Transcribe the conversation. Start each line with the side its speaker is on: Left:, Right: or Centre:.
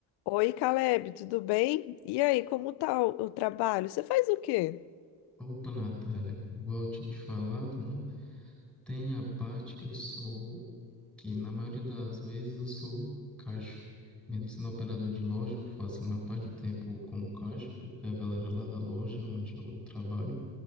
Left: Oi, Caleb, tudo bem? E aí, como tá o, o trabalho? Você faz o quê?
Centre: Opa, Natália, igual eu tinha te falado, né? Tem a parte que eu sou, que na maioria das vezes eu sou caixa. Mesmo sendo operador de loja, eu faço a maior parte do tempo como caixa, porque a galera lá da loja onde eu trabalho